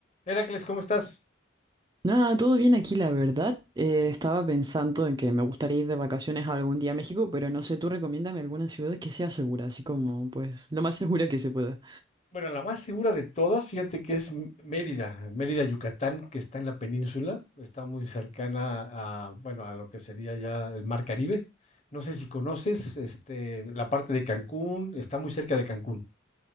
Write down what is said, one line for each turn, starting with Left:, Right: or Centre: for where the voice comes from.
Left: Heracles, ¿cómo estás?
Right: Nada, todo bien aquí, la verdad. Eh, estaba pensando en que me gustaría ir de vacaciones algún día a México, pero no sé, tú recomiéndame alguna ciudad que sea segura, así como, pues, lo más <laughs> segura que se pueda.
Left: Bueno, la más segura de todas, fíjate que es M- Mérida, Mérida, Yucatán, que está en la península, está muy cercana a, bueno, a lo que sería ya el Mar Caribe. No sé si conoces, este, la parte de Cancún, está muy cerca de Cancún.